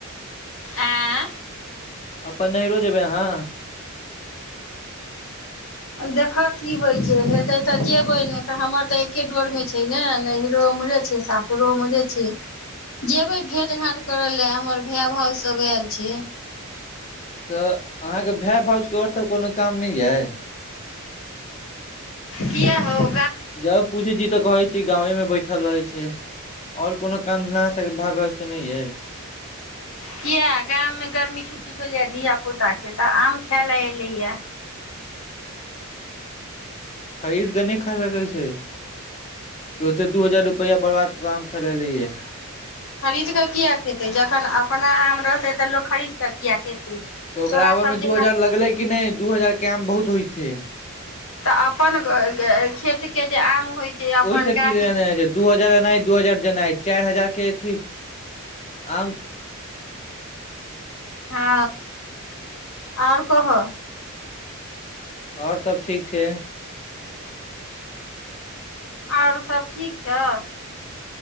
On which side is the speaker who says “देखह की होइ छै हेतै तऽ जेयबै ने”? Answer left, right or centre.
Left